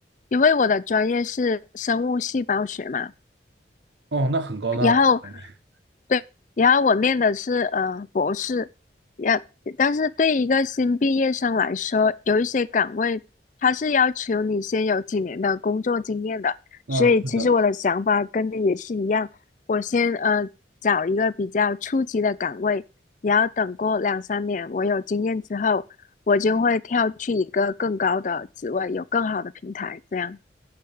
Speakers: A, on the left (about 45°); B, on the right (about 75°).
A: 因为我的专业是生物细胞学嘛，
B: 哦，那很高大上哎
A: 然后。对，然后我念的是呃博士，然但是对一个新毕业生来说，有一些岗位它是要求你先有几年的工作经验的，
B: 嗯，
A: 所以其实我的想法跟你也是一样，
B: 是的，
A: 我先呃找一个比较初级的岗位，然后等过两三年我有经验之后，我就会跳去一个更高的职位，有更好的平台，这样